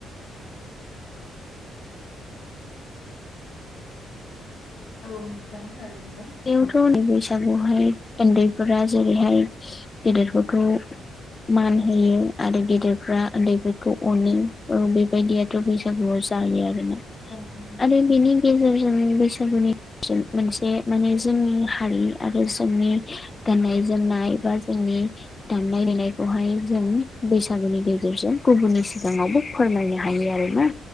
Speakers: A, on the left (about 85°); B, on the left (about 30°).
A: औ नोंथां थारैनो
B: बेयावथ' बैसागुहाय उन्दैफोरा जेरैहाय गेदेर फोरखौ मान होयो आरो गेदेरफ्रा उन्दैफोरखौ अनो बेबायदि आरो बे बैसागुआव जायो आरो ना
A: नंगौ नोंथां
B: आरो
A: थारैनो
B: बेनि गेजेरजों बैसागुनि मोनसे माने जोंनि हारि आरो जोंनि गाननाय जोमनाय बा जोंनि दामनाय देनायखौहाय जों बैसागुनि गेजेरजों गुबुननि सिगाङावबो फोरमायनो हायो आरोना